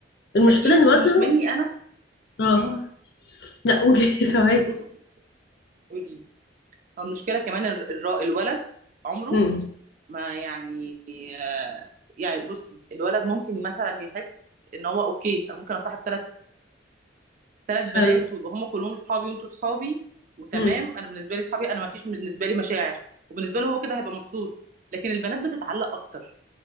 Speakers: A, on the left; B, on the right.
A: المشكلة
B: اكيد
A: ان برضه
B: بن... مني انا
A: اه
B: مم.
A: لا قولي <laughs> سامعاكي
B: بصي قولي المشكله كمان الر- الر- الولد عمره
A: امم
B: ما يعني آه، يعني بصي الولد ممكن مثلا يحس ان هو اوكي انا ممكن اصاحب ثلاث ثلاث بنات
A: حلو
B: ويبقى هم كلهم صحابي وانتوا صحابي وتمام
A: امم
B: انا بالنسبه لي صحابي انا ما فيش بالنسبه لي مشاعر وبالنسبه له هو كده هيبقى مبسوط لكن البنات بتتعلق اكتر